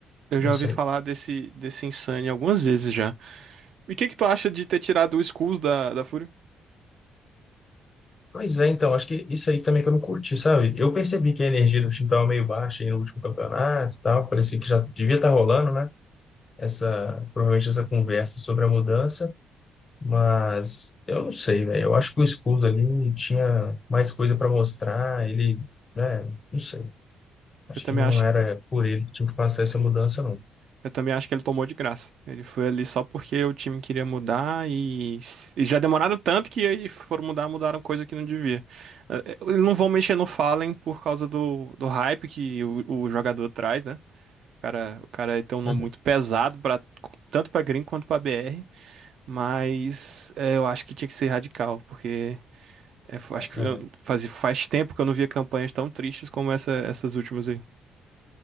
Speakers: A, on the right; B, on the left.
A: eu
B: não
A: já
B: sei.
A: ouvi falar desse, desse Insane algumas vezes já. E o que que tu acha de ter tirado o Skulls da, da Fúria?
B: Pois é, então, acho que isso aí também que eu não curti, sabe? Eu percebi que a energia do time estava meio baixa aí no último campeonato e tal, parecia que já devia estar rolando, né? Essa, provavelmente essa conversa sobre a mudança, mas eu não sei, velho. Eu acho que o Scuso ali tinha mais coisa para mostrar, ele, né? Não sei. Acho
A: Eu também
B: que não
A: acho,
B: era por ele que tinha que passar essa mudança, não.
A: eu também acho que ele tomou de graça. Ele foi ali só porque o time queria mudar e, s- e já demoraram tanto que aí foram mudar, mudaram coisa que não devia. Eh, eh, Eles não vão mexer no Fallen por causa do, do hype que o, o jogador traz, né? O cara, o cara tem um nome
B: Uhum.
A: muito pesado para tanto pra Green quanto pra BR, mas eh, eu acho que tinha que ser radical, porque É, f- acho que
B: É,
A: eu- faz, faz tempo que eu não via campanhas tão tristes como essa- essas últimas aí.